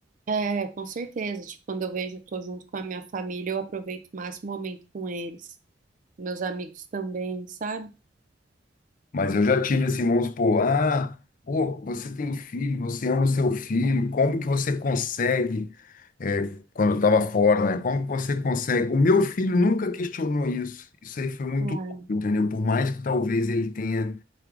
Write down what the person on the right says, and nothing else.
É, com certeza. Tipo, quando eu vejo, eu tô junto com a minha família, eu aproveito o máximo momento com eles. Meus amigos também, sabe?
Ah,